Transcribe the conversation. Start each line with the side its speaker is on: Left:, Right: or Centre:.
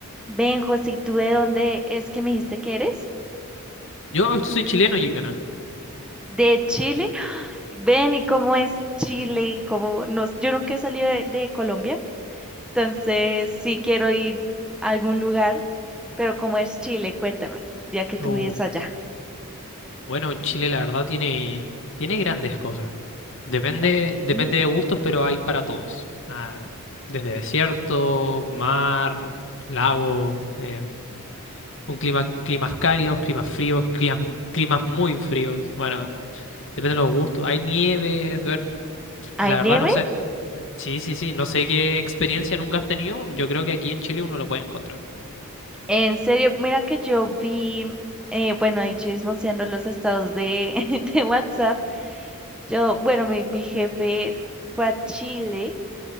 Centre: Benjo, si tú de dónde es que me dijiste que eres?
Left: Yo soy chileno y canal.
Centre: ¿De Chile? <gasps> Ven, ¿y cómo es Chile? ¿Cómo nos... Yo nunca he salido de, de Colombia, entonces sí quiero ir a algún lugar, pero ¿cómo es Chile? Cuéntame, ya que tú
Left: Uh,
Centre: vives allá.
Left: bueno, Chile la verdad tiene, tiene grandes cosas. Depende,
Centre: Okay.
Left: depende de gustos, pero hay para todos. Ah, desde desierto, mar, lago, eh, un clima, climas cálidos, climas fríos, climas, climas muy fríos. Bueno, depende de los gustos. Hay nieve, ver-
Centre: ¿Hay
Left: la verdad
Centre: nieve?
Left: no sé. Sí, sí, sí, no sé qué experiencia nunca has tenido. Yo creo que aquí en Chile uno lo puede encontrar.
Centre: En serio, mira que yo vi, eh, bueno, ahí chismoseando los estados de, <laughs> de WhatsApp. Yo, bueno, mi, mi jefe fue a Chile